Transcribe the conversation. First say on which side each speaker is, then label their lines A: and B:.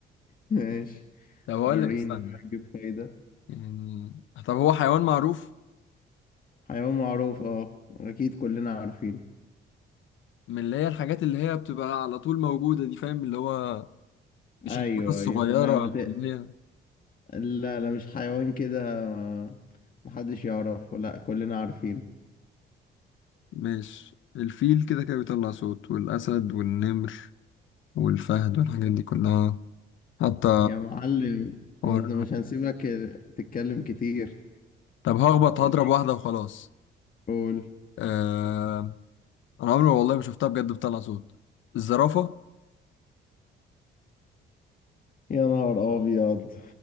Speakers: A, on the left (about 45°); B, on the left (about 75°).
A: ماشي
B: طب هقول
A: ورينا
B: لك استنى
A: بقى نجيب فايدة
B: يعني طب هو حيوان معروف
A: حيوان معروف اه أكيد كلنا عارفينه
B: من اللي هي الحاجات اللي هي بتبقى على طول موجودة دي فاهم اللي هو مش
A: ايوه
B: الحاجات الصغيرة
A: ايوه لا ما ت...
B: أو اللي هي
A: لا لا مش حيوان كده محدش يعرفه لا كلنا عارفينه
B: مش الفيل كده كده بيطلع صوت والأسد والنمر والفهد والحاجات
A: تمام.
B: دي كلها حتى
A: يا معلم
B: حوار
A: ما انت مش هنسيبك تتكلم كتير
B: طب هخبط هضرب
A: ليك
B: واحدة وخلاص
A: قول
B: آه... أنا عمري والله ما شفتها بجد بتطلع صوت الزرافة
A: يا نهار ابيض